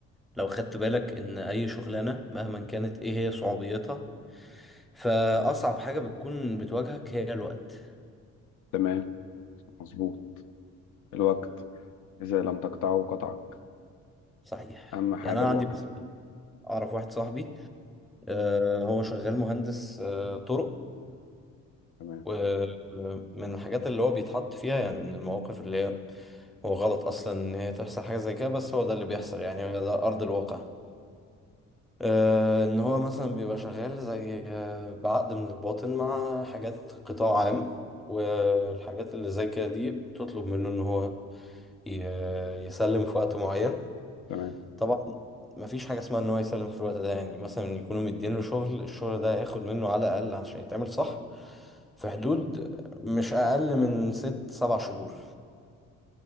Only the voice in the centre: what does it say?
لو خدت بالك ان اي شغلانه مهما كانت ايه هي صعوبيتها فاصعب حاجه بتكون بتواجهك هي الوقت
صحيح
يعني انا
عندي مثلا اعرف واحد صاحبي آه، هو شغال مهندس آه، طرق
ومن الحاجات اللي هو بيتحط فيها يعني من المواقف اللي هي هو غلط اصلا ان هي تحصل حاجه زي كده بس هو ده اللي بيحصل يعني ده ارض الواقع آه، ان هو مثلا بيبقى شغال زي آه، بعقد من الباطن مع حاجات قطاع عام والحاجات اللي زي كده دي بتطلب منه ان هو ي- يسلم في وقت معين
طبعا مفيش حاجة اسمها ان هو يسلم في الوقت ده يعني مثلا يكونوا مدين له شغل الشغل ده هياخد منه على الاقل عشان يتعمل صح في حدود مش اقل من ست سبع شهور